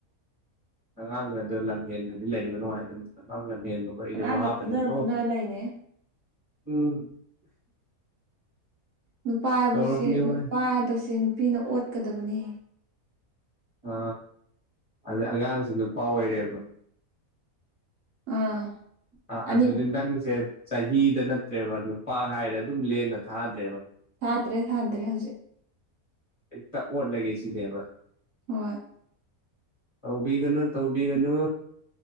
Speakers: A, on the left (about 25°); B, on the right (about 65°).
A: ꯑꯉꯥꯡ ꯑꯗꯣ ꯂꯝꯍꯦꯟꯗ꯭ꯔꯤꯗꯤ ꯂꯩꯕ ꯅꯨꯡꯉꯥꯏ ꯑꯗꯨꯝ ꯑꯉꯥꯡ ꯂꯝꯍꯦꯟ ꯕꯀꯣ ꯑꯩꯗꯤ
B: ꯑꯉꯥꯡꯒ
A: ꯋꯥꯕꯅꯤꯀꯣ
B: ꯐꯨꯅꯔ ꯐꯨꯅꯔ ꯂꯩꯅꯦ
A: ꯎꯝ
B: ꯅꯨꯄꯥ ꯍꯥꯏꯕꯁꯦ
A: ꯇꯧꯔꯝꯅꯤ
B: ꯅꯨꯄꯥ
A: ꯍꯣꯏ
B: ꯍꯥꯏꯕꯁꯦ ꯅꯨꯄꯤꯅ ꯑꯣꯠꯀꯗꯕꯅꯤ
A: ꯑ ꯑꯗ ꯑꯉꯥꯡꯁꯨ ꯅꯨꯨꯄꯥ ꯑꯣꯏꯔꯦꯕ
B: ꯑꯥ
A: ꯑꯥ
B: ꯑꯅꯤꯃꯨꯛ
A: ꯑꯗꯨꯗꯤ ꯅꯪꯖꯦ ꯆꯍꯤꯗ ꯅꯠꯇ꯭ꯔꯦꯕ ꯅꯨꯄꯥ ꯍꯥꯏꯔ ꯑꯗꯨꯝ ꯂꯦꯟꯅ ꯊꯥꯗ꯭ꯔꯦ
B: ꯊꯥꯗ꯭ꯔꯦ ꯊꯥꯗ꯭ꯔꯦ ꯍꯧꯖꯤꯛ
A: ꯍꯦꯛꯇ ꯑꯣꯠꯂꯒꯦ ꯁꯤꯅꯦꯕ
B: ꯍꯣꯏ
A: ꯇꯧꯕꯤꯒꯅꯨ ꯇꯧꯕꯤꯒꯅꯨ